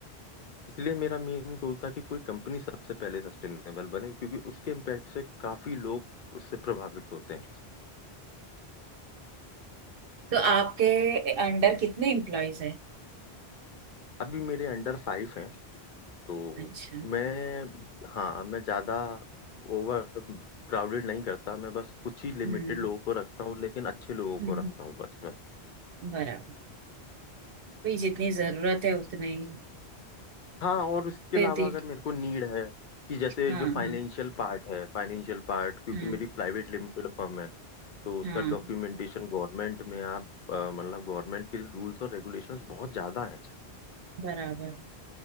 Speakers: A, on the left; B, on the right.
A: इसलिए मेरा मेन गोल था कि कोई कंपनी सबसे पहले सस्टेनेबल बने क्योंकि उसके इम्पैक्ट से काफी लोग उससे प्रभावित होते हैं
B: तो आपके अंडर कितने एम्प्लॉयज हैं
A: अभी मेरे अंडर फाइव हैं तो
B: अच्छा
A: मैं हाँ मैं ज्यादा ओवर क्राउडेड नहीं करता मैं बस कुछ ही लिमिटेड
B: हम्म
A: लोगों को रखता हूँ लेकिन अच्छे लोगों
B: हम्म
A: को रखता हूँ बस मैं
B: बराबर भाई जितनी जरूरत है उतने ही
A: हाँ और उसके
B: फिर
A: अलावा
B: दी
A: अगर मेरे को नीड है कि जैसे
B: हाँ
A: जो फाइनेंशियल
B: हाँ
A: पार्ट है फाइनेंशियल पार्ट क्योंकि
B: हम्म
A: मेरी प्राइवेट लिमिटेड फर्म है तो उसका
B: हाँ
A: डॉक्यूमेंटेशन गवर्नमेंट में आप अ, मतलब गवर्नमेंट के रूल्स और रेगुलेशंस बहुत ज्यादा हैं
B: बराबर